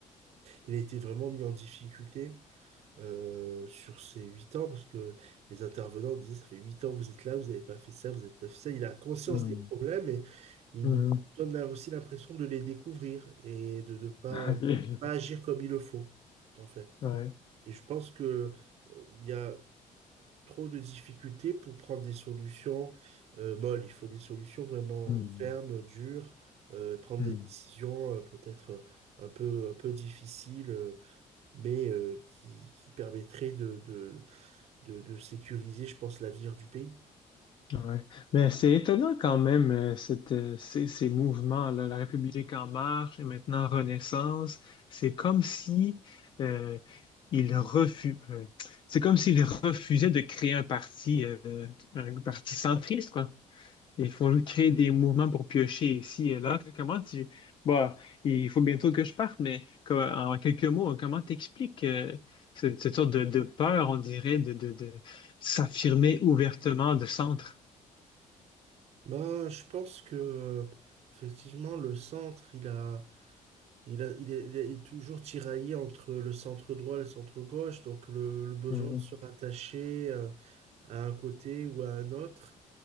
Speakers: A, on the right; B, on the left.
A: Il a été vraiment mis en difficulté euh, sur ces huit ans parce que les intervenants disaient, ça fait huit ans, vous êtes là, vous n'avez pas fait ça, vous n'avez pas fait ça. Il a conscience
B: Hmm.
A: des problèmes et il
B: Hmm.
A: nous
B: Hmm.
A: donne là aussi l'impression de les découvrir et de ne pas,
B: <laughs>
A: de pas agir comme il le faut, en fait.
B: Ouais.
A: Et je pense que euh, il y a trop de difficultés pour prendre des solutions euh, molles. Il faut des solutions vraiment
B: Hmm.
A: fermes, dures, euh, prendre
B: Hmm.
A: des décisions euh, peut-être euh, un peu, un peu difficiles, euh, mais euh, qui, qui permettraient de, de, de, de sécuriser, je pense, l'avenir du pays.
B: Ouais. Mais c'est étonnant quand même, euh, cette, euh, ces, ces mouvements-là, La République en marche et maintenant Renaissance, c'est comme si euh, ils refu- euh, c'est comme s'ils refusaient de créer un parti, euh, un parti centriste, quoi. Il faut créer des mouvements pour piocher ici et là. Comment tu... Bon, il faut bientôt que je parte, mais co- en quelques mots, comment t'expliques euh, cette, cette sorte de, de peur, on dirait, de, de, de s'affirmer ouvertement de centre?
A: Ben, je pense que euh, effectivement le centre il a il a il est, il est- il est toujours tiraillé entre le centre droit et le centre gauche donc le, le besoin
B: Hmm
A: de se rattacher euh, à un côté ou à un autre